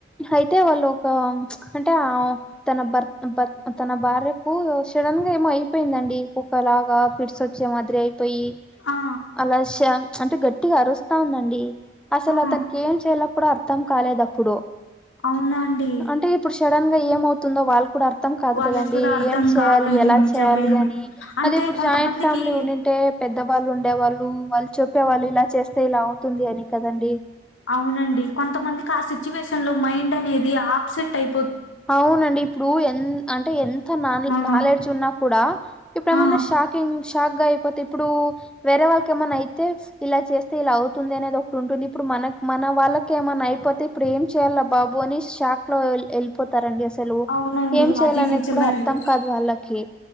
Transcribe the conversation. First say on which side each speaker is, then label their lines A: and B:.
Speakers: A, in the centre; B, on the left (about 85°).
A: అయితే వాళ్ళు ఒక అంటే అ తన బర్త్ బర్ తన భార్యకు సడన్ గా ఏమో అయిపోయిందండి ఒక్కలాగా ఫిట్స్ వచ్ చి ఓ మాదిరి అయిపోయి
B: ఆ
A: అలా శం అంటే గట్టిగా అరుస్తా ఉందండి. అసలు
B: ఆ
A: అతనికి ఏం చేయలో కూడా అర్థం కాలేదు అప్పుడు.
B: అవునాండి
A: అంటే ఇప్పుడు సడన్ గా ఏమవుతుందో వాళ్ళు కూడా అర్ ర్థం కాదు
B: వాళ్ళకి
A: కదండి
B: కూడా అర్థం
A: ఏం చేయాలి
B: కాదండి
A: ఎలా
B: నిజమేను
A: చేయాలి అని
B: అంటే
A: అదె ఇప్పుడు
B: కొంతమందికి
A: జాయింట్ ఫ్యామిలీ ఉండిం టే పెద్దవాళ్ళు ఉండేవాళ్ళు, వాళ్ళు చెప్పేవాళ్ళు ఇలా చేస్తే ఇలా అవుతుంది అని కదండి.
B: అవునండి, కొంతమందికి ఆ సిచ్యువేషన్ లో మైండ్ అనేది ఆబ్సెంట్ అయి
A: అవునండి ఇప్పుడు ఎన్ అంటే ఎన్ త నాల్
B: ఆ
A: నాలెడ్జ్ ఉన్నా కూడా ఇప్పుడు ఏమన్నా
B: ఆ
A: షాకింగ్ షాక్ గా అయిపోతే ఇప్పుడు వేరే వాళ్ళకి ఏమన్నా అయితే ఇలా చేస్తే ఇలా అవుతుంది అనేది ఒకటి ఉంటుంది ఇప్పుడు మనక్ మన వాళ్ళకి ఏమన్నా అయిపోతే ఇపుడేం చేయల బాబూ అని షాక్ లో ఎల్ తారండి అసలు
B: అవునండి
A: ఏం చేయాలనిది
B: అది నిజమే
A: కూడా అర్థం
B: అండి
A: కాదు వాళ్ళకి